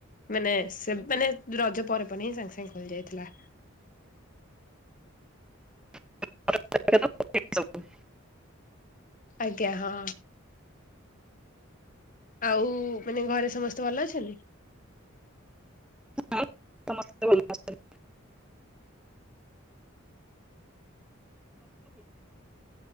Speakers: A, on the left (about 40°); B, in the centre.
A: ମାନେ ସେ ମାନେ ରଜ ପରେ ପ ହିଁ ସାଙ୍ଗେ ସାଙ୍ଗେ ଖୋଲି ଯାଇଥିଲା।
B: <unintelligible> ସବୁ
A: ଆଜ୍ଞା ହଁ। ଆଉ ମାନେ ଘରେ ସମସ୍ତ ଭଲ ଅଛନ୍ତି?
B: ହ ସମସ୍ତେ ଭଲ ଅଛନ୍ତି।